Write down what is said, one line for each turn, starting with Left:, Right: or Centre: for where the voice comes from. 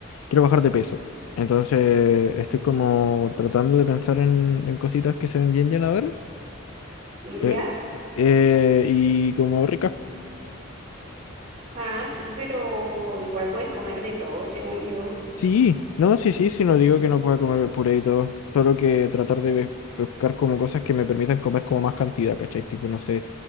Left: Quiero bajar de peso. Entonces estoy como tratando de pensar en, en cositas que se ven bien llenadoras
Right: ¿Ya?
Left: eh, eh, y como ricas.
Right: Ah, sí, pero igual puedes comer de todo, según yo.
Left: Sí, no, sí, sí, sí, no digo que no pueda comer puré y todo, solo que tratar de buscar como cosas que me permitan comer como más cantidad, ¿cachai? Tipo, no sé,